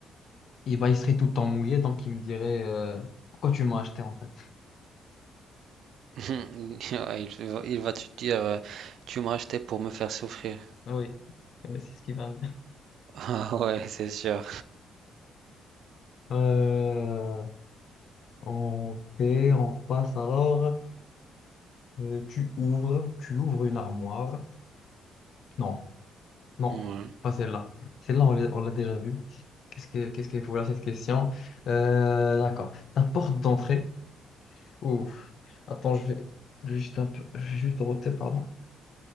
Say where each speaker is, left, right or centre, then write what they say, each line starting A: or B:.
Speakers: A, on the left; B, on the right.
A: Eh ben, il serait tout le temps mouillé, donc il me dirait, euh, pourquoi tu m'as acheté, en fait?
B: <laughs> Ouais, Il va, il va te dire, euh, tu m'as acheté pour me faire souffrir. <laughs>
A: Oui, euh, c'est ce qui va bien.
B: Ah ouais, c'est sûr.
A: Euh, On fait, on passe alors. Euh, tu ouvres, tu ouvres une armoire. Non, non,
B: Ouais,
A: pas celle-là. Celle-là, on l'a on l'a déjà vue. Qu'est-ce que, qu'est-ce qu'il faut là, cette question? Euh, d'accord. Ta porte d'entrée. Ouf. Attends, je vais juste un peu, je vais juste roter, pardon.